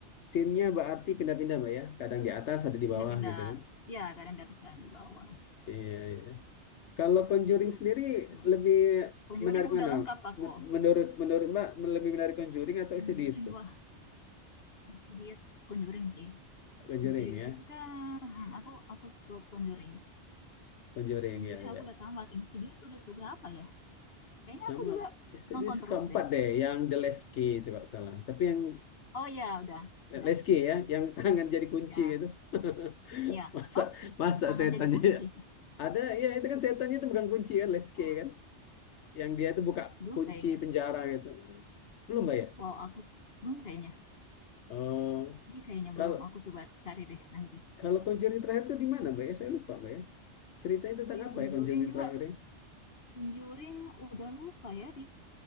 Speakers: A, on the left; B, on the left.
A: scene-nya berarti pindah-pindah Mbak ya. Kadang di atas, ada di
B: pindah-pindah
A: bawah gitu kan.
B: ya kadang di atas kadang di bawah
A: Iya, iya. Kalau Conjuring
B: itu
A: sendiri
B: emang
A: lebih
B: Conjuring
A: menarik
B: udah
A: mana?
B: lengkap aku
A: Men- Menurut menurut Mbak lebih menarik Conjuring atau
B: Conjuring
A: Insidious tuh?
B: wah Insidious Conjuring sih
A: Conjuring
B: Insidious
A: ya,
B: itu kan hmm, aku aku suka Conjuring
A: Conjuring
B: Conjuring
A: ya ya.
B: aku udah tamat Insidious udah tuh berapa ya kayaknya
A: Sama
B: aku juga
A: Insidious
B: nonton terus
A: keempat
B: deh
A: deh, yang The Lesky itu kalau salah. Tapi yang
B: oh ya udah
A: eh,
B: udah
A: Lesky ya, yang <laughs> tangan jadi kunci
B: ya
A: gitu. <laughs>
B: ya
A: Masa
B: oh
A: masa
B: tangan
A: setannya
B: jadi kunci
A: ada ya itu kan setannya itu bukan kunci kan Lesky
B: wah
A: kan, yang dia itu buka
B: belum
A: kunci
B: kayaknya
A: penjara gitu. Belum Mbak ya?
B: wow aku belum kayaknya
A: Oh,
B: ini kayaknya
A: kalau
B: belum aku coba cari deh nanti
A: Kalau Conjuring terakhir itu di mana, Mbak ya? Saya lupa, Mbak ya. Ceritanya tentang
B: iya
A: apa
B: Conjuring
A: ya Conjuring
B: juga
A: terakhirnya?
B: Conjuring udah lupa ya di